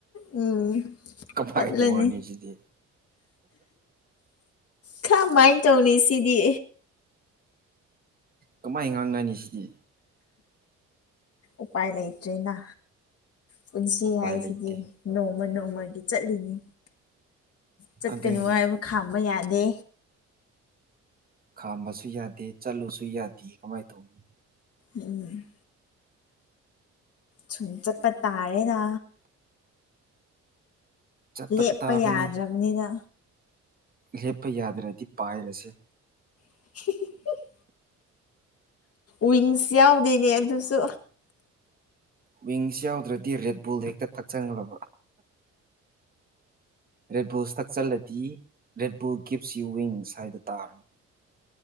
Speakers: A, on the left; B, on the right.
A: ꯎꯝ
B: ꯀꯃꯥꯏ
A: ꯄꯠꯂꯅꯤ
B: ꯇꯧꯔꯅꯤ ꯁꯤꯗꯤ
A: ꯈꯃꯥꯏ ꯇꯧꯅꯤ ꯁꯤꯗꯤ
B: ꯀꯃꯥꯏ ꯉꯥꯡꯅꯅꯤ ꯁꯤꯗꯤ
A: ꯎꯄꯥꯏ ꯂꯩꯇ꯭ꯔꯦꯅ ꯄꯨꯟꯁꯤ
B: ꯎꯄꯥꯏ
A: ꯍꯥꯏꯁꯤꯗꯤ
B: ꯂꯩꯇꯦ
A: ꯅꯣꯡꯃ ꯅꯣꯡꯃꯒꯤ ꯆꯠꯂꯤꯅꯤ ꯆꯠꯀꯅꯨ
B: ꯑꯗꯨꯅꯤ
A: ꯍꯥꯏꯕ ꯈꯥꯝꯕ ꯌꯥꯗꯦ
B: ꯈꯥꯝꯕꯁꯨ ꯌꯥꯗꯦ ꯆꯠꯂꯨꯁꯨ ꯌꯥꯗꯦ ꯀꯃꯥꯏ ꯇꯧꯅꯤ
A: ꯎꯝ ꯁꯨꯝ ꯆꯠꯄ ꯇꯥꯔꯦꯅ
B: ꯆꯠꯄ
A: ꯂꯦꯞꯄ
B: ꯇꯥꯕꯅꯤ
A: ꯌꯥꯗ꯭ꯔꯕꯅꯤꯅ
B: ꯂꯦꯞꯄ ꯌꯥꯗ꯭ꯔꯗꯤ ꯄꯥꯏꯔꯁꯦ
A: <unintelligible> ꯋꯤꯡꯁ ꯌꯥꯎꯗꯦꯅꯦ ꯑꯗꯨꯁꯨ
B: ꯋꯤꯡꯁ ꯌꯥꯎꯗ꯭ꯔꯗꯤ ꯔꯦꯠ ꯕꯨꯜ ꯍꯦꯛꯇ ꯊꯛꯆꯜꯂꯕ ꯔꯦꯠꯕꯨꯜꯁ ꯊꯛꯆꯜꯂꯗꯤ Red Bull gives you wings ꯍꯥꯏ ꯇꯥꯔꯅꯤ